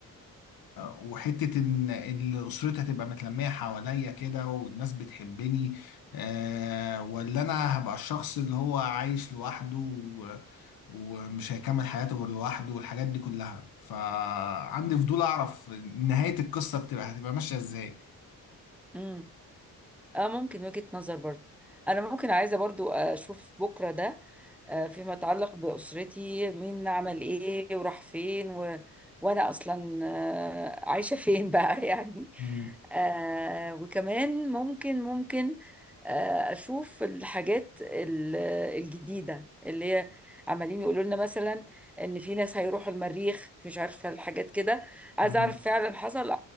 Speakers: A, on the left; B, in the centre.
A: وحتة إن إن أسرتي هتبقى متلمية حواليا كده والناس بتحبني آه، ولا أنا هبقى الشخص اللي هو عايش لوحده و- ومش هيكمل حياته غير لوحده والحاجات دي كلها فعندي فضول أعرف نهاية القصة بتبقى هتبقى ماشية إزاي
B: امم اه ممكن وجهة نظر برضو انا ممكن عايزة برضو اشوف بكرة ده آه، فيما يتعلق بأسرتي مين عمل ايه وراح فين و... وانا اصلا آه، عايشة فين بقى <laughs> يعني
A: مم.
B: آه، وكمان ممكن ممكن آه، اشوف الحاجات ال- الجديدة اللي هي عمالين يقولوا لنا مثلا ان في ناس هيروحوا المريخ مش عارفة الحاجات كده عايزة
A: مم.
B: اعرف فعلا حصل